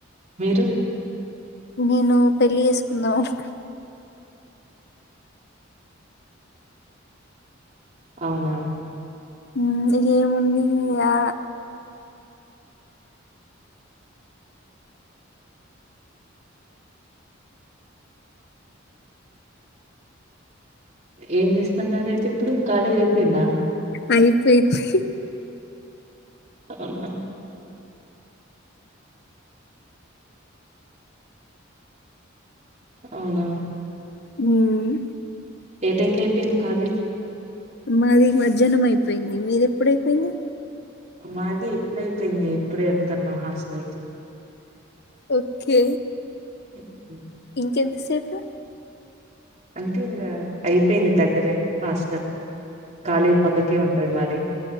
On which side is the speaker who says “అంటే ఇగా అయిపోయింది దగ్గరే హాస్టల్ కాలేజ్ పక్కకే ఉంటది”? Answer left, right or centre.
Right